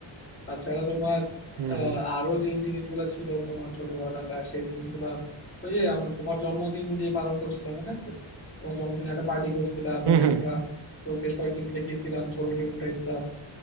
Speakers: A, on the left; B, on the right.
A: তাছাড়া তোমার
B: হুম
A: আহ,
B: হুম
A: আরো যে জিনিসগুলো ছিল তোমার ছোটবেলাকার সেই জিনিসগুলা ওই যে আমরা তোমার জন্মদিন যে পালন করছিলাম মনে আছে তোমার জন্মদিনে একটা পার্টি করছিলাম পরে
B: হুম
A: আমরা তো বেশ কয়েকজন মিলে গেছিলাম ছবি টবি উঠাইছিলাম